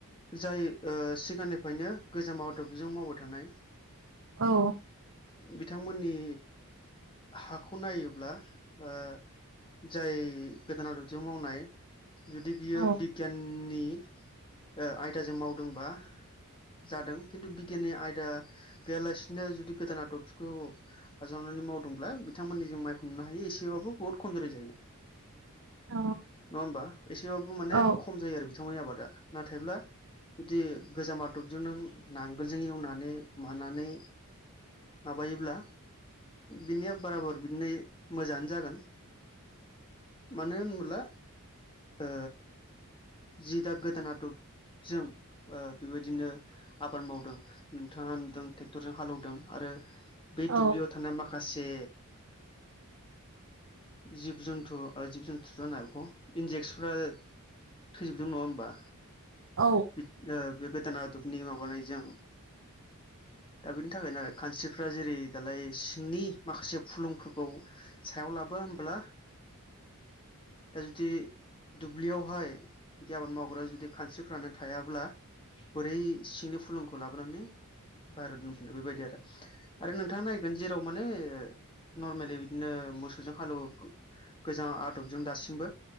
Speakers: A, on the left; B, on the right.
A: जाय ओ सिगांनि फायनो गोजाम आदबजों मावबाय थानाय
B: औ
A: बिथांमोननि हाखौ नायोब्ला ओ जाय गोदान आदबजों मावनाय जुदि बियो
B: औ
A: बिगियाननि ओ आयदाजों मावदोंबा जादों खिन्थु बिगियाननि आयदा गैयालासिनो जुदि गोदान आदबखौ आजावनानै मावदोंब्ला बिथांमोननि जों माइखौ नुनो हायो एसेबाबो बुहुत खमजुरि जायो।
B: <inaudible> औ
A: नङा होमबा एसेबाबो माने
B: औ
A: खम जायो आरो बिथांमोननि आबादा नाथायब्ला जुदि गोजाम आ दबजों नों नांगोलजों एवनानै मानानै माबायोब्ला बिनिया बाराबर बिदिनो मोजाङानो जागोन मानो होनब्ला ओ जि दा गोदान आदबजों ओ बेबाय दिनो आबाद मावदों नोंथाङा नुदों टेक्टरजों हालौदों आरो बे
B: औ
A: दुब्लियाव थानाय माखासे जिब जुन्थु ओय जिब जुन्थुथ होना बेखौ इन्जेक्सफ्रा थैजोबदों नङा होमबा
B: औ
A: बिद ओ बेबा नादबनि माबानायजों दा बेनि थाखायनो आरो खानस्रिफ्रा जेरै दालाय सिंनि माखासे फुलुंफोरखौ सायाव लाबोआ होमब्ला दा जुदि दुब्लियावहाय बिदि आबाद माव ग्रा जुदि खानस्रिफ्रानो थायाब्ला बोरै सिंनि फुलुंखौ लाबोनानै बाहेराव दोनफैनो बेबायदि आरो आरो नोंथाङा नायगोन जेराव माने नरमेलि बिदिनो मोसौजों हालेवो गोजाम आदबजों दासिमबो